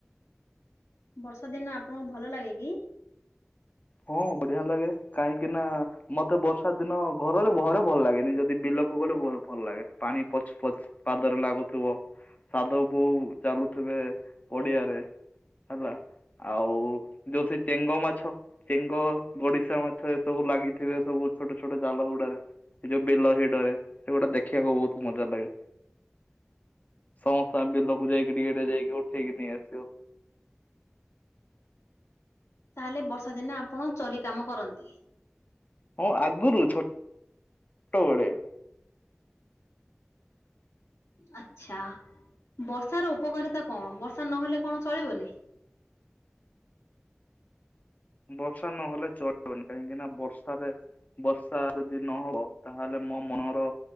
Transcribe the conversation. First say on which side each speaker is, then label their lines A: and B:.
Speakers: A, on the left; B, on the left.
A: ବର୍ଷା ଦିନ ଆପଣଙ୍କୁ ଭଲ ଲାଗେ କି?
B: ହଁ ବଢିଆ ଲାଗେ। କାହିଁକି ନା ମତେ ବର୍ଷା ଦିନ ଘରରେ ଘରେ ଭଲ ଲାଗେନି ଯଦି ବିଲକୁ ଗଲେ ଭ- ଭଲ ଲାଗେ। ପାଣି ପଚ୍ ପଚ୍ ପାଦରେ ଲାଗୁଥିବ। ସାଧବ୍ ବୋଉ ଚାଲୁଥିବେ ପଡିଆରେ। ହେଲା ଆଉ ଯୋ ସେ ଚେଙ୍ଗମା ଛ ଚେଙ୍ଗ ଗଡିଶା ମାଛ ଏ ସବୁ ଲାଗିଥିବେ ସବୁ ଛୋଟ ଛୋଟ ଜାଲ ଗୁଡାରେ। ସେ ଯୋଉ ବିଲ ହେଇ ଡରେ ସେଗୁଡା ଦେଖିବାକୁ ବହୁତ ମଜା ଲାଗେ। ସମସ୍ତେ ବିଲକୁ ଯାଇକି ଟିକେ ଟେ ଯାଇକି ଉଠେଇକି ନେଇ ଆସିବ।
A: ତାହେଲେ ବର୍ଷା ଦିନେ ଆପଣ ଚରି କାମ କରନ୍ତି।
B: ହଁ ଆଗରୁଛୋ ଛୋଟବେଳେ।
A: ଆଚ୍ଛା। ବର୍ଷା ର ଉପକାରିତା କଣ ବର୍ଷା ନହେଲେ କଣ ଚଳିବନି?
B: <inaudible> ବର୍ଷା ନହେଲେ ଚଳିବନି କାହିଁକି ନା ବର୍ଷରେ ବର୍ଷା ଯଦି ନହବ ତାହେଲେ ମୋ ମନର